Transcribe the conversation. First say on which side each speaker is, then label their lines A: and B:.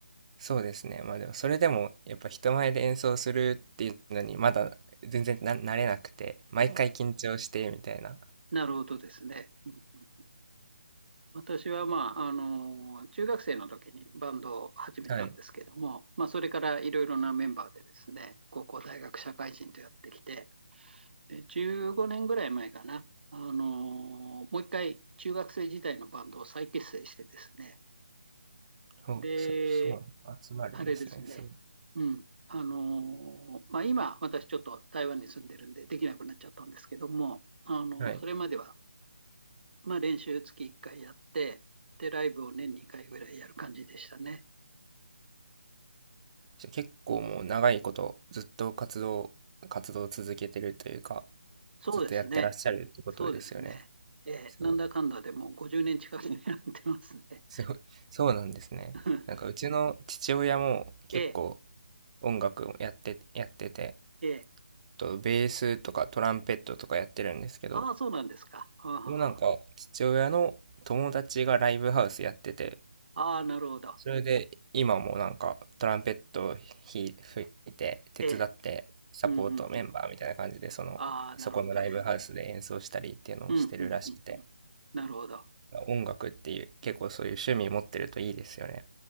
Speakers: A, on the right; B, on the right.
A: そうですね。まあでもそれでもやっぱ人前で演奏するっていうのにまだ全然な慣れなくて、毎回緊張してみたいな。
B: なるほどですね。うん私は、まあ、あの、中学生の時にバンドを始めたんですけども、
A: はい。
B: まあ、それからいろいろなメンバーでですね、高校、大学、社会人とやってきて、で、15年ぐらい前かな、あの、もう一回中学生時代のバンドを再結成してですね、
A: そう、
B: で、
A: そ、そう、集まるんですね。
B: あれですね、
A: すごい。
B: うん、あの、まあ、今、私ちょっと台湾に住んでるんでできなくなっちゃったんですけども、あの、
A: はい。
B: それまではまあ、練習月1回やって、で、ライブを年2回ぐらいやる感じでしたね。
A: じゃあ結構もう長いことずっと活動、活動を続けてるというか、
B: そうですね。
A: ずっとやってらっしゃるってことですよね。
B: そうですね。えーなんだかんだでもう50年近くになってますね。
A: そう。すごい、そうなんですね。
B: <laughs>
A: なんかうちの父親も結構
B: ええ
A: 音楽をやって、やってて、
B: ええ
A: とベースとかトランペットとかやってるんですけど、
B: ああ、そうなんですか。はあ、はあは
A: もうなんか父親の友達がライブハウスやってて、
B: あああ、なるほど。
A: それで今もなんかトランペットをひ吹いて手伝ってサポートメンバーみたいな感じでその、
B: ええうんうんうん。ああ、なるほどね。
A: そこのライブハウスで演奏したりっていうのをしてるらしくて、
B: うんうんうんうん。なるほど。
A: 音楽っていう結構そういう趣味持ってるといいですよね。